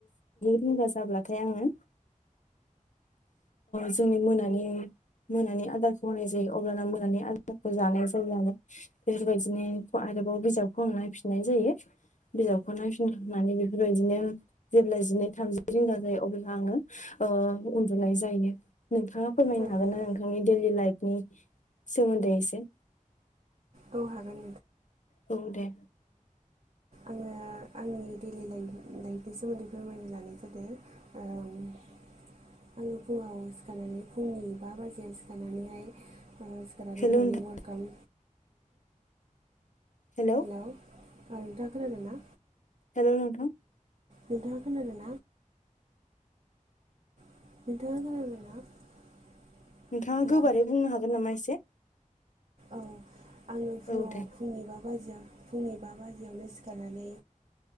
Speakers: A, on the left (about 60°); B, on the right (about 55°).
A: रिंगा जाब्लाथाय आङो जोंनि मोनानि मोनानि आदारखौ होनाय जायो। अब्लाना मोनानि आदारखौ जानाय जायो आरो बेफोरबायदिनो आरोबाव बिजाबखौ आं नायफिन नाय जायो बिजाबखौ नायफिननानै बेफोरबायदिनो जेब्ला जिनै थामजि रिंगा जायो अब्ला आङो ओ उन्दुनाय जायो नोंथाङा फोरमायनो
B: नोंथां
A: हागोन ना नोंथांनि दैडेलि लाइफनि सोमोन्दै एसे
B: औ हागोन
A: औ दे
B: आंङो आंनि दैलि लाइफ लाइफनि सोमोन्दै फोरमायनो लानाय जादों आङो फुङाव सिखारनानै फुंनि बा बाजियाव सिखारनानैहाय सिखारनानै
A: हेल' नोंथां
B: मरनिं वार्कआव
A: हेल'
B: हेलौ नोंथां खोनादोंना
A: हेलौ नोंथां
B: नोंथांङा खोनादोंना <unintelligible>
A: नोंथाङा
B: हेलौ
A: गोबारै बुंनो हागोन नामा एसे
B: औ आङो फुङाव
A: औ दे
B: फुंनिबा बाजियाव फुंनि बा बाजियावनो सिखारनानै